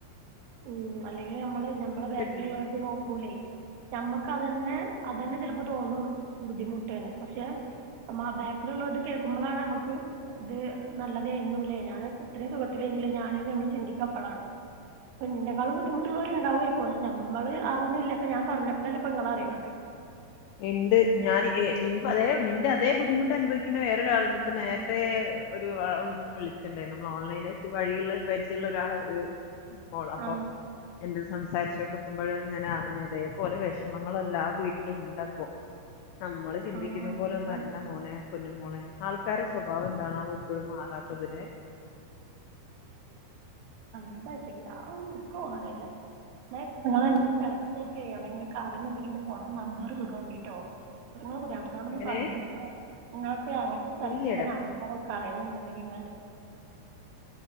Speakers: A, on the right; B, on the left.
A: ഉം അല്ലെങ്കിലും ഞമ്മള് ഞമ്മടെ ബാക്കിൽ
B: ജീവിക്കണ
A: ഉള്ളവർക്ക് നോക്കൂലെ ഞമ്മക്ക് അതന്നെ അതന്നെ തോന്നും ബുദ്ധിമുട്ടാണ് പക്ഷെ ബാക്കിൽ ഉള്ളവരുടെ കേൾക്കുമ്പളാണ് നമ്മക്ക് ഇത് നല്ലതാരുന്നു ഇല്ലേ ഞാൻ ഇത്രേം സുഖത്തിലാരുന്നല്ലേ ഞാൻ എന്ന് ചിന്തിക്കുക അപ്പോളാണ് എന്നെക്കാളും ബുദ്ധിമുട്ടുള്ളവർ ഉണ്ടാകുവാരിക്കും പക്ഷെ ഞമ്മള് അറിഞ്ഞില്ല അപ്പ ഞാൻ പറഞ്ഞ ഇപ്പൊ നിങ്ങൾ അറിയണുണ്ട്
B: ഇണ്ട് ഞാൻ നിന്റെ അതേ ബുദ്ധിമുട്ട് അനുഭവി പിന്നെ വേറൊരു ആളുണ്ട് ഇപ്പൊ നേരത്തെ ഒരു വിളിച്ചിട്ടുണ്ടാരുന്നു നമ്മൾ ഓൺലൈൻ ആയിട്ട് വഴിയുള്ള പരിചയം ഉള്ളൊരാള് കോൾ അപ്പൊ
A: ആ
B: എന്നോട് സംസാരിച്ചോണ്ട് ഞാൻ അറിഞ്ഞത് ഇതേ പോലെ വിഷമങ്ങൾ എല്ലാ വീട്ടിലും ഉണ്ട ഹൊ നമ്മള് ചിന്തിക്കുന്ന
A: ആ
B: പോലെ
A: അതാണ്
B: ഒന്നും അല്ല മോനെ പൊന്നുമോളെ ആൾക്കാരെ സ്വഭാവം എന്താണാവോ ഇപ്പോഴും മാറാത്തത്തിലെ
A: എന്താ ചെയ്യാ അതൊന്നും എനക്ക് തോന്നണില്ല. നിങ്ങൾ കറക്റ്റ് ആയിട്ടേ എവിടെയെങ്കിലും ഒക്കെ അറിയാണുണ്ടെങ്കിൽ ഇന്റെ ഫോണിക്കെ നമ്പർ ഇടുണ്ടുട്ടോ ഇങ്ങളെ പുതിയാപ്ലനോട് ന്നും
B: എങ്ങനെ
A: പറയരുത് ട്ടൊ ങ്ങളെ അങ്ങനത്തെ സ്ഥലത്തിന്റെ
B: ഇല്ലടാ
A: നമ്പർ ക <unintelligible> നമ്മൾ